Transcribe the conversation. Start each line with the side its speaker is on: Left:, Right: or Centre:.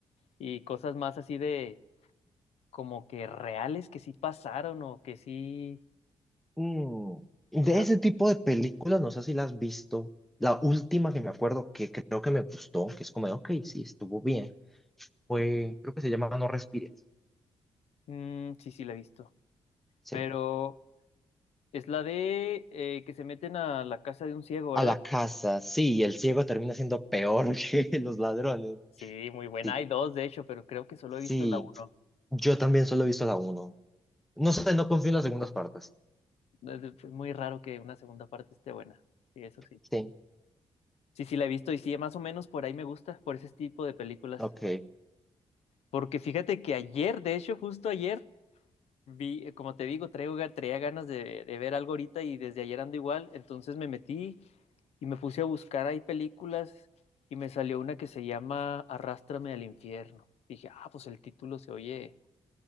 Left: y cosas más así de como que reales que sí pasaron o que sí,
Centre: Mm, de
Left: o sea,
Centre: ese tipo de películas, no sé si las has visto. La última que me acuerdo que creo que me gustó, que es como de, ok, sí, estuvo bien, fue, creo que se llama No respires.
Left: mm, sí, sí la he visto.
Centre: Sí.
Left: Pero es la de eh, que se meten a la casa de un ciego, ¿verdad?
Centre: A la casa, sí, el ciego termina siendo peor <laughs> que los ladrones.
Left: Sí, muy buena.
Centre: Sí,
Left: Hay dos, de hecho, pero creo que solo
Centre: sí,
Left: he visto la uno.
Centre: yo también solo he visto la uno. No sé, no confío en las segundas partes.
Left: Es de- es muy raro que una segunda parte esté buena. Sí, eso sí.
Centre: Sí,
Left: Sí, sí, la he visto y sí, más o menos por ahí me gusta, por ese tipo de películas.
Centre: ok.
Left: Porque fíjate que ayer, de hecho, justo ayer, Vi, eh, como te digo, traigo, traía ganas de, de ver algo ahorita y desde ayer ando igual, entonces me metí y me puse a buscar ahí películas y me salió una que se llama Arrástrame al infierno. Dije, ah, pues el título se oye,